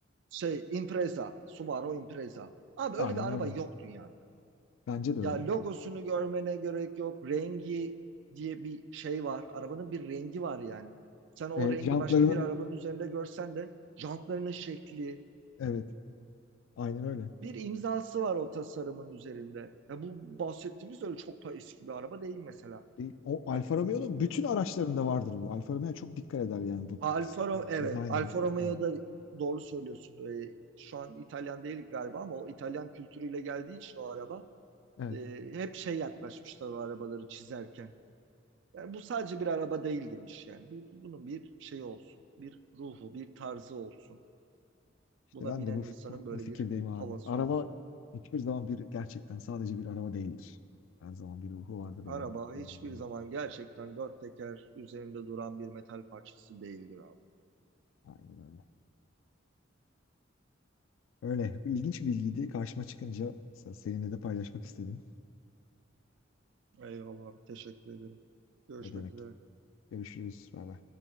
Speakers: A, on the right; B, on the left.
A: şey Impreza, Subaru Impreza. Abi
B: Aynen
A: öyle bir araba
B: öyle.
A: yok dünyada.
B: Bence de öyle.
A: Ya logosunu görmene gerek yok. Rengi diye bir şey var. Arabanın bir rengi var yani. Sen o
B: Evet,
A: rengi
B: jantlarının
A: başka bir arabanın üzerinde görsen de jantlarının şekli,
B: evet, aynen öyle.
A: bir imzası var o tasarımın üzerinde. Ya bu bahsettiğimiz öyle çok da eski bir araba değil mesela.
B: E, O Alfa
A: Ya
B: Romeo'nun
A: bu
B: bütün araçlarında vardır bu. Alfa Romeo çok dikkat eder yani bu
A: Alfa Romeo evet
B: dizaynla.
A: Alfa Romeo'da
B: Yani
A: doğru söylüyorsun. Ee, şu an İtalyan değil galiba ama o İtalyan kültürüyle geldiği için o araba
B: Evet.
A: e, hep şey yaklaşmışlar o arabaları çizerken. Yani bu sadece bir araba değil demiş yani. Bir- Bunun bir şeyi olsun, bir ruhu, bir tarzı olsun.
B: işte
A: Buna
B: ben
A: binen
B: de bu,
A: insanın
B: bu,
A: böyle
B: bu fikirdeyim
A: bir
B: abi.
A: havası
B: Araba
A: olsun.
B: hiçbir zaman bir gerçekten sadece bir araba değildir. Her zaman bir ruhu vardır yani.
A: Araba
B: Bilmiyorum.
A: hiçbir zaman gerçekten dört teker üzerinde duran bir metal parçası değildir abi.
B: Aynen öyle. Öyle. İlginç bir bilgiydi. Karşıma çıkınca seninle de paylaşmak istedim.
A: Eyvallah abi, teşekkür ederim. Görüşmek
B: Ne demek.
A: üzere.
B: Görüşürüz. Bay bay.